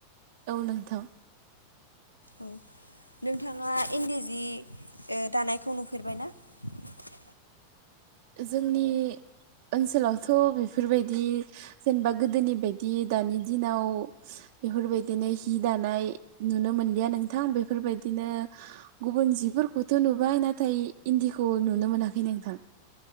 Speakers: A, on the right; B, on the left.
A: औ नोंथां
B: औ नोंथाङा इन्दि जि दानायखौ नुफेरबाय ना <unintelligible> <inaudible>
A: जोंनि ओनसोलावथ' बेफोरबायदि जेनेबा गोदोनि बायदि दानि दिनाव बेफोरबायदिनो हि दानाय नुनो मोनलिया नोंथां बेफोरबायदिनो गुबुन जि बेफोरखौथ' नुबाय नाथाय इन्दिखौ नुनो मोनाखै नोंथां